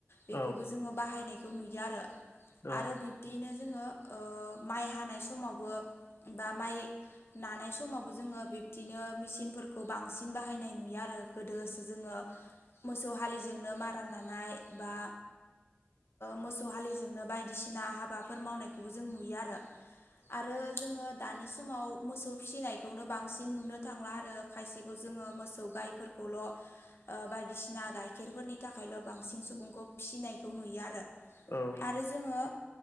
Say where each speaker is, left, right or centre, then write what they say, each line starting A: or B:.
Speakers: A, on the left; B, on the left.
A: बेखौ
B: औ
A: जोंङो बाहायनायखौ नुयो आरो
B: औ
A: आरो बिब बिदिनो जोंङो ओ माइ हानाय समावबो बा माइ नानाय समावबो जोंङो बिब्दिनो मेचिनफोरखौ बांसिन बाहायनाय नुयो आरो गोदोसो जोंङो मोसौ हलिजोंनो मारा नानाय बा मोसौ हलिजोंनो बायदिसिना हाबाफोर मावनायखौबो जों नुयो आरो आरो जोंङो दानि समाव मोसौ फिसिनायखौनो बांसिन नुनो थांला आरो खायसेखौ जोंङो मोसौ गायफोरखौ खौल' ओ बायदिसिना गाइखेरफोरनि थाखायल' बांसिन सुबुंखौ फिसिनायखौ नुयो आरो
B: औ
A: आरो जोंङो